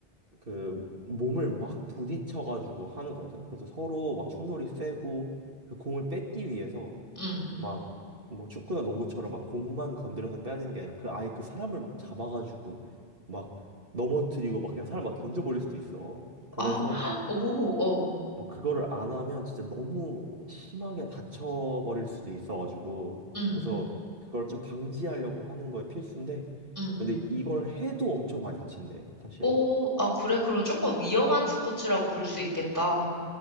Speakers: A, on the right; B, on the left.
A: 그 몸을 막 부딪혀가지고 하는거든. 그래서 서로 막 충돌이 세고 그 공을 뺏기 위해서
B: 응.
A: 막 뭐 축구나 농구처럼 막 공만 건드려서 빼야 되는 게 아니라 그 아예 그 사람을 막 잡아가지고 막 넘어뜨리고 막 그냥 사람 막 던져버릴 수도 있어. 그래서
B: 아, <gasps> 오, 어,
A: 어, 그거를 안 하면 진짜 너무 심하게 다쳐버릴 수도 있어가지고
B: 응,
A: 그래서 그걸 좀 방지하려고 하는 거에 필수인데
B: 응.
A: 근데 이걸 해도 엄청 많이 다친대 사실.
B: 오, 아, 그래. 그럼 조금 위험한 스포츠라고 볼 수 있겠다.